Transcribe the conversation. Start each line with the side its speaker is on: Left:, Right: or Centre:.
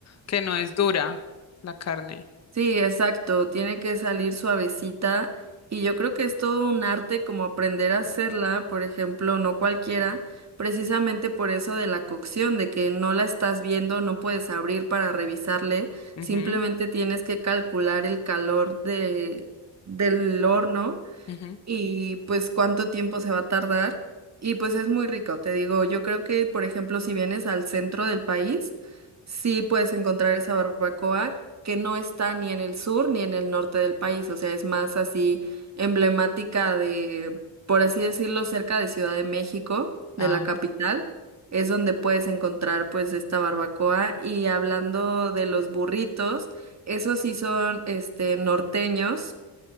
Left: que no es dura la carne.
Right: Sí, exacto, tiene que salir suavecita y yo creo que es todo un arte como aprender a hacerla, por ejemplo, no cualquiera, precisamente por eso de la cocción, de que no la estás viendo, no puedes abrir para revisarle,
Left: Ujú,
Right: simplemente tienes que calcular el calor de, del horno
Left: ujú.
Right: y pues cuánto tiempo se va a tardar. Y pues es muy rico, te digo, yo creo que, por ejemplo, si vienes al centro del país, sí puedes encontrar esa barbacoa que no está ni en el sur ni en el norte del país, o sea, es más así emblemática de, por así decirlo, cerca de Ciudad de México,
Left: Ah,
Right: de la capital,
Left: ok.
Right: es donde puedes encontrar pues esta barbacoa. Y hablando de los burritos, esos sí son este norteños